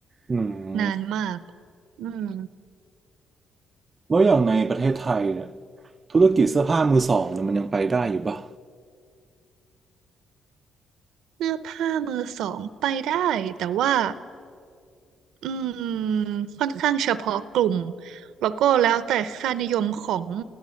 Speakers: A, on the right; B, on the right.
A: อืม
B: นานมากอืม
A: แล้วอย่างในประเทศไทยเนี่ยธุรกิจเสื้อผ้ามือสองเนี่ยมันยังไปได้อยู่ป่ะ
B: เสื้อผ้ามือสองไปได้แต่ว่า อืมค่อนข้างเฉพาะกลุ่มแล้วก็แล้วแต่ค่านิยมของ